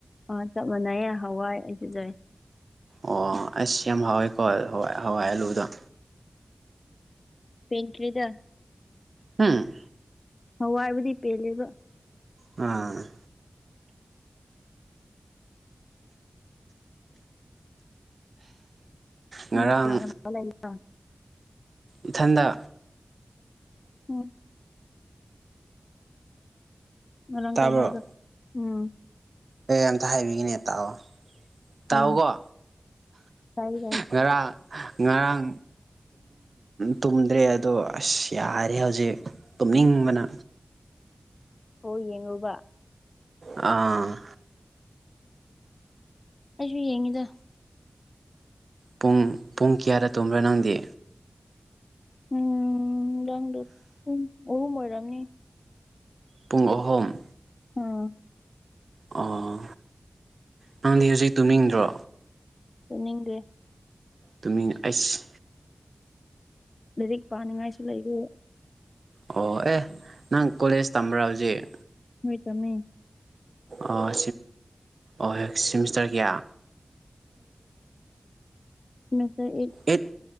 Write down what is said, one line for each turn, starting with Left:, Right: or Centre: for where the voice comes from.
Left: ꯑ ꯆꯞ ꯃꯥꯟꯅꯩꯑꯦ ꯍꯋꯥꯏ ꯑꯩꯁꯨꯖꯩ
Right: ꯑꯣ ꯑꯁ ꯌꯥꯝ ꯍꯥꯎꯋꯦꯀꯣ ꯍꯏ ꯍꯋꯥꯏ ꯑꯂꯨꯗꯣ
Left: ꯄꯦꯟ ꯀꯔꯤꯗ
Right: ꯎꯝ
Left: ꯍꯋꯥꯏꯕꯨꯗꯤ ꯄꯦꯜꯂꯦꯕ
Right: ꯎꯝ ꯉꯔꯥꯡ
Left: ꯅꯪꯗꯤ ꯀꯅꯥ ꯀꯅꯥ ꯂꯩꯔꯤꯅꯣ
Right: ꯏꯊꯟꯗ
Left: ꯎꯝ ꯃꯔꯪ
Right: ꯇꯥꯕ꯭ꯔꯣ
Left: ꯀꯩ ꯍꯥꯏꯕ ꯎꯝ
Right: ꯑꯦ ꯑꯝꯇ ꯍꯥꯏꯕꯤꯒꯤꯅꯦꯇꯥꯛꯑꯣ ꯇꯥꯛꯑꯣꯀꯣ
Left: ꯎꯝ ꯇꯥꯏ ꯇꯥꯏ
Right: ꯉꯔꯥꯡ ꯉꯔꯥꯡ ꯇꯨꯝꯗ꯭ꯔꯦ ꯑꯗꯣ ꯑꯁ ꯌꯥꯔꯦ ꯍꯧꯖꯤꯛ ꯇꯨꯝꯅꯤꯡꯕꯅ
Left: ꯍ ꯌꯦꯡꯉꯨꯕ
Right: ꯑꯥ
Left: ꯑꯩꯁꯨ ꯌꯦꯡꯉꯤꯗ
Right: ꯄꯨꯡ ꯄꯨꯡ ꯀꯌꯥꯗ ꯇꯨꯝꯕ꯭ꯔꯥ ꯅꯪꯗꯤ
Left: ꯎꯝ ꯗꯪꯗ ꯎ ꯎ ꯑꯣꯏꯔꯝꯅꯤ
Right: ꯄꯨꯡ ꯑꯍꯨꯝ
Left: ꯎꯝ
Right: ꯑꯣ ꯅꯪꯗꯤ ꯍꯧꯖꯤꯛ ꯇꯨꯝꯅꯤꯡꯗ꯭ꯔꯣ
Left: ꯅꯤꯡꯦ
Right: ꯇꯃꯤ ꯑꯁ
Left: ꯂꯥꯏꯔꯤꯛ ꯄꯥꯅꯤꯡꯉꯥꯏꯁꯨ ꯂꯩꯔꯤ
Right: ꯑꯣ ꯑꯦ ꯅꯪ ꯀꯣꯂꯦꯖ ꯇꯝꯕ꯭ꯔꯥ ꯍꯧꯖꯤꯛ
Left: ꯍꯣꯏ ꯇꯃꯦ
Right: ꯑꯣ ꯑꯣ ꯍꯣꯏ ꯁꯤꯃꯤꯁꯇꯔ ꯀꯌꯥ
Left: ꯠꯁꯔꯠ
Right: ꯑꯩꯠ